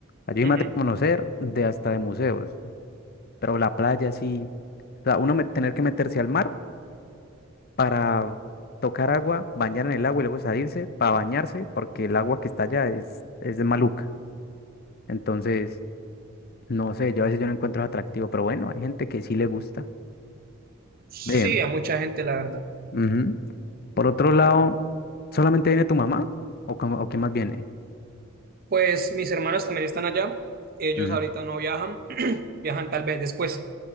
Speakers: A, on the left (about 50°); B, on the right (about 45°).
A: sea, Yo
B: Ujú.
A: soy más de conocer, de hasta de museos, pero la playa sí. O sea, uno me- tener que meterse al mar. para tocar agua, bañar en el agua y luego salirse para bañarse, porque el agua que está allá es, es de maluca. Entonces, no sé, yo a veces yo no encuentro atractivo, pero bueno, hay gente que sí le gusta.
B: Sí,
A: Ve,
B: a mucha gente, la verdad.
A: ujú. Por otro lado, ¿solamente viene tu mamá? ¿O, cómo- o qué más viene?
B: Pues mis hermanos también están allá. Ellos
A: Ujú.
B: ahorita no viajan. <clears throat> Viajan tal vez después.